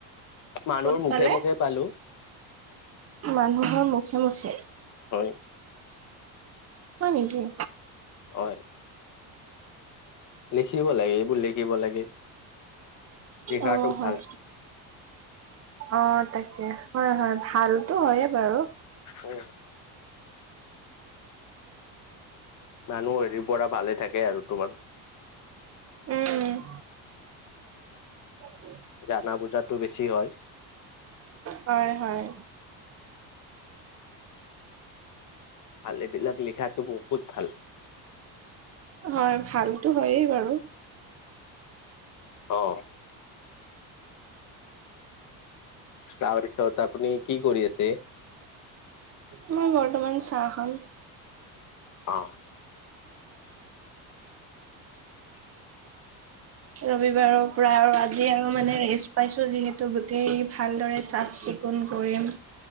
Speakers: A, on the left; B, on the right.
A: মানুহৰ
B: ক'ত
A: মুখে
B: পালে
A: মুখে পালো।
B: মানুহৰ মুখে মুখে।
A: হয়।
B: মই নিজেই।
A: হয়। লিখিব লাগে এইবোৰ লিখিব লাগে। লিখাটো
B: অ হয়
A: ভাল
B: অ তাকে হয় হয় ভালতো হয়ে। বাৰু
A: অ মানুহ হেৰি পৰা ভালে থাকে আৰু তোমাৰ
B: উম উ
A: জানা বুজাতো বেছি হয়।
B: হয় হয়।
A: ভাল এইবিলাক লিখাতটো বহুত ভাল।
B: হয় ভালতো হয়েই বাৰু
A: অ তাৰপিছত আপুনি কি কৰি আছে।
B: মোৰ বৰ্তমান চাহ খাম
A: অ <inaudible>
B: ৰবিবাৰৰ পৰা আৰু আজি আৰু মানে ৰেষ্ট পাইছো যিহেতু গোটেই ভালদৰে চাফ চি- ফন কৰিম